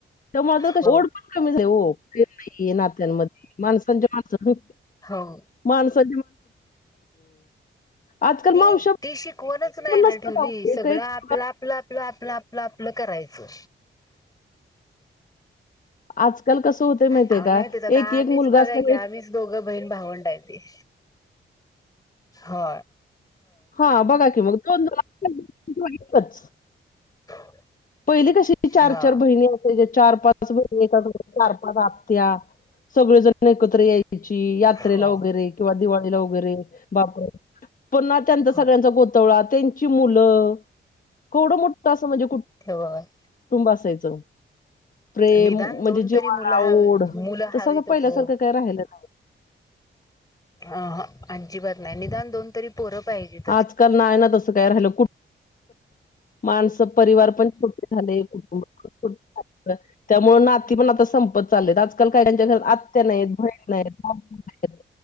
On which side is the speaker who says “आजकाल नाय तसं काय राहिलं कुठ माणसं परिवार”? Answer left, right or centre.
Left